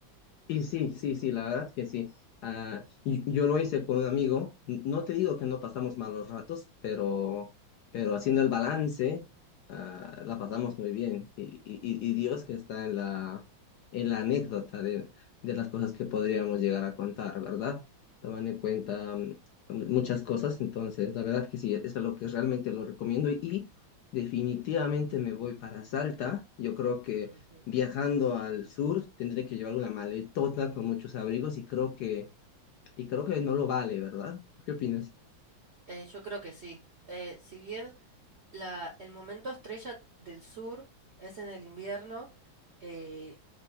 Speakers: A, on the left (about 70°); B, on the right (about 60°).
A: Y sí, sí, sí, la verdad que sí. Ah, y- y yo lo hice con un amigo. N- No te digo que no pasamos malos ratos, pero, pero haciendo el balance, ah, la pasamos muy bien. Y, y, y y Dios que está en la, en la anécdota de, de las cosas que podríamos llegar a contar, ¿verdad? Tomando en cuenta mm, muchas cosas. Entonces, la verdad que sí, es lo que realmente lo recomiendo. Y, y definitivamente me voy para Salta. Yo creo que
B: Ujú.
A: viajando al sur, tendré que llevar una maletota con muchos abrigos y creo que, y creo que no lo vale, ¿verdad? ¿Qué opinas?
B: Eh, yo creo que sí. Eh, si bien la, el momento estrella del sur es en el invierno, eh,